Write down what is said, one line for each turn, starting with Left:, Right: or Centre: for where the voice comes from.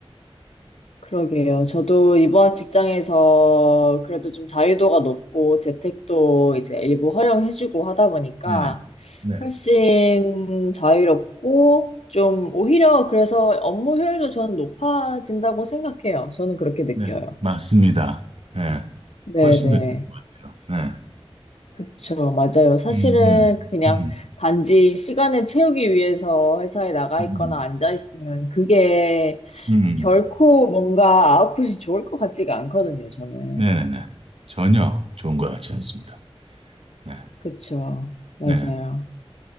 Left: 그러게요. 저도 이번 직장에서 그래도 좀 자유도가 높고 재택도 이제 일부 허용해주고 하다 보니까
Right: 네네. 네,
Left: 훨씬 자유롭고 좀 오히려 그래서 업무 효율도 저는 높아진다고 생각해요. 저는 그렇게 느껴요.
Right: 네, 맞습니다. 네,
Left: 네네.
Right: 훨씬 더 좋은 것 같아요. 네,
Left: 그쵸. 맞아요. 사실은
Right: 음, 음,
Left: 그냥
Right: 음,
Left: 단지 시간을 채우기 위해서 회사에 나가
Right: 음,
Left: 있거나 앉아 있으면 그게
Right: 음, 음.
Left: 결코 뭔가 아웃풋이 좋을 것 같지가 않거든요. 저는.
Right: 네네네. 전혀 좋은 것 같지 않습니다. 네,
Left: 그쵸. 맞아요.
Right: 네,